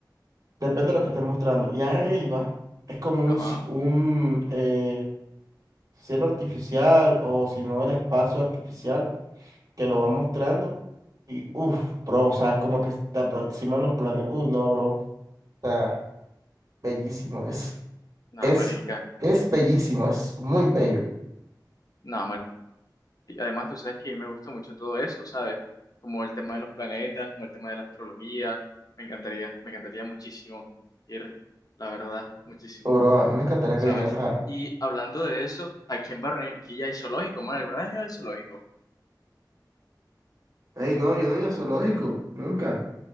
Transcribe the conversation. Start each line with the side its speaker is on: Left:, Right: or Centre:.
Right: Depende de lo que estés mostrando. Y arriba es como
Left: Ajá.
Right: un, ci- un eh, cielo artificial o si no el espacio artificial que lo va mostrando y uff, bro, o sea, como que te aproximan los planes. Uy, no, bro, o sea, bellísimo, es,
Left: Nada,
Right: es,
Left: marica.
Right: es bellísimo, es muy bello.
Left: Nada, marica. Además, tú sabes que a mí me gusta mucho todo eso, ¿sabes? Como el tema de los planetas, como el tema de la astrología. Me encantaría, me encantaría muchísimo ir, la verdad, muchísimo.
Right: Oh, bro, a mí me encantaría
Left: ¿sabes?
Right: que vinieras a...
Left: Y hablando de eso, aquí en Barranquilla hay zoológico, man. ¿Alguna vez has ido al zoológico?
Right: Ey, no, yo no he ido a zoológico, nunca.